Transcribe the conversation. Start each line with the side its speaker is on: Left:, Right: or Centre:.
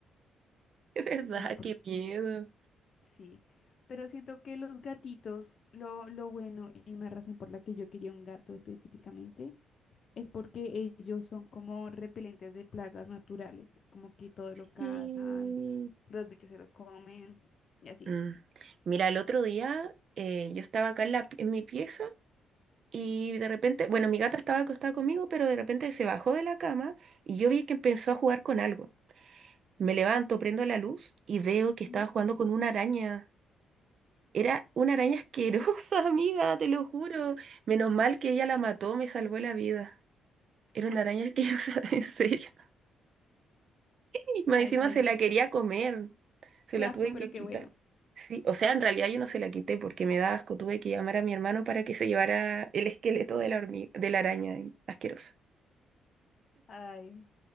Right: <laughs> Es verdad,
Left: No, porque
Right: qué miedo.
Left: sí. Pero siento que los gatitos, lo, lo bueno y una razón por la que yo quería un gato específicamente, es porque ellos son como repelentes de plagas naturales. Es como que todo lo cazan,
Right: Y...
Left: los bichos se los comen y así.
Right: mm. Mira, el otro día eh, yo estaba acá en, la pi- en mi pieza Y de repente, bueno, mi gata estaba acostada conmigo, pero de repente se bajó de la cama y yo vi que empezó a jugar con algo. Me levanto, prendo la luz y veo que estaba
Left: Ujú,
Right: jugando con una araña. Era una araña asquerosa, <laughs> amiga, te lo juro. Menos mal que ella la mató, me salvó la vida. Era una araña asquerosa, <laughs> en serio. Y más
Left: Ay,
Right: encima
Left: qué
Right: se
Left: asco.
Right: la quería comer. Se
Left: Qué
Right: la
Left: asco,
Right: tuve
Left: pero
Right: que
Left: qué
Right: quitar.
Left: bueno.
Right: Sí, o sea, en realidad yo no se la quité porque me da asco. Tuve que llamar a mi hermano para que se llevara el esqueleto de la hormiga, de la araña eh, asquerosa.
Left: Ay,